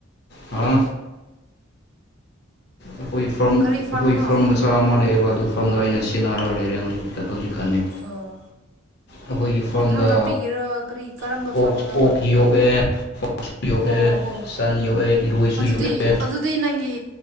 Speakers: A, on the left; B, on the right.
A: ꯍ ꯑꯩꯈꯣꯏ ꯐꯥꯔꯝ
B: ꯀꯔꯤ
A: ꯑꯩꯈꯣꯏ
B: ꯐꯥꯔꯝꯅꯣ
A: ꯐꯥꯔꯝ ꯃꯆꯥ ꯑꯃ ꯂꯩꯌꯦ ꯑꯗꯨ ꯐꯥꯝꯗꯣ ꯑꯩꯅ ꯁꯦꯟꯅꯔꯒ ꯂꯩꯔꯦ ꯍꯧꯖꯤꯛꯀꯥꯟꯗꯤ ꯍꯧꯖꯤꯛ
B: ꯑꯣ
A: ꯑꯩꯈꯣꯏꯒꯤ ꯐꯥꯔꯝꯗ
B: ꯏꯟꯁꯥꯡ ꯅꯥꯄꯤꯒꯤꯔꯥ ꯀꯔꯤ ꯀꯔꯝꯕ
A: ꯑꯣꯛ
B: ꯐꯥꯝꯅꯕ
A: ꯑꯣꯛ ꯌꯣꯛꯑꯦ ꯌꯣꯛꯑꯦ
B: ꯑꯣ ꯑꯣ
A: ꯁꯟ ꯌꯣꯛꯑꯦ ꯏꯔꯣꯏꯁꯨ
B: ꯑꯗꯨꯗꯤ
A: ꯌꯣꯛꯑꯦ
B: ꯑꯗꯨꯗꯤ ꯅꯪꯒꯤ